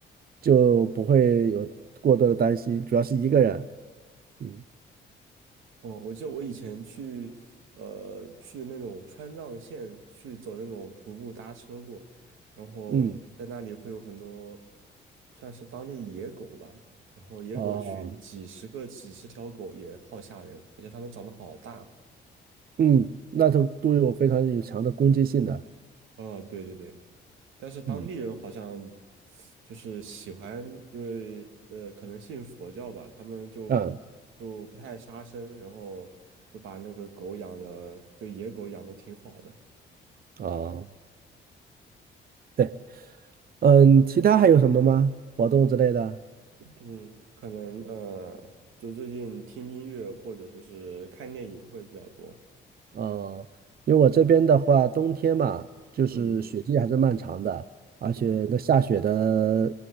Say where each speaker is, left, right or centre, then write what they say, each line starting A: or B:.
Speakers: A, on the right; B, on the right.
A: 就不会有过多的担心，主要是一个人。嗯
B: 哦，我记得我以前去，呃，去那种川藏线去走那种徒步搭车过，然后在那里会有很多
A: 嗯
B: 算是当地野狗吧，然后野狗群几十个、
A: 哦
B: 几十条狗也好吓人，而且它们长得好大。
A: 嗯，那都都有非常有强的攻击性的。
B: 啊、对对对，但是当地人好像
A: 嗯
B: 就是喜欢，因为呃，可能信佛教吧，他们就不就不太杀生，
A: 嗯
B: 然后就把那个狗养的，就野狗养的挺好的。
A: 哦，对，嗯，其他还有什么吗？活动之类的？
B: 嗯，可能呃，就最近听音乐或者就是看电影会比较多。
A: 嗯，因为我这边的话，冬天嘛，就是雪季还是漫长的，
B: 嗯
A: 而且那下雪的
B: 嗯，